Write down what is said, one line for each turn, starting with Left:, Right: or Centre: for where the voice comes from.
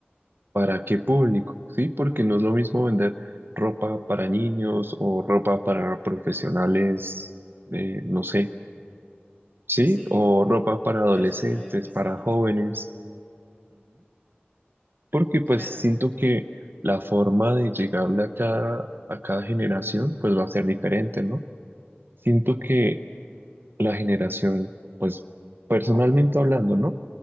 Right: ¿para qué público? Sí, porque no es lo mismo vender ropa para niños o ropa para profesionales, eh, no sé, sí,
Left: sí,
Right: o ropa para adolescentes,
Left: persona de oficina,
Right: para jóvenes. porque
Left: claro.
Right: pues siento que la forma de llegarle a cada, a cada generación pues va a ser diferente, ¿no? Siento que la generación, pues personalmente hablando, ¿no?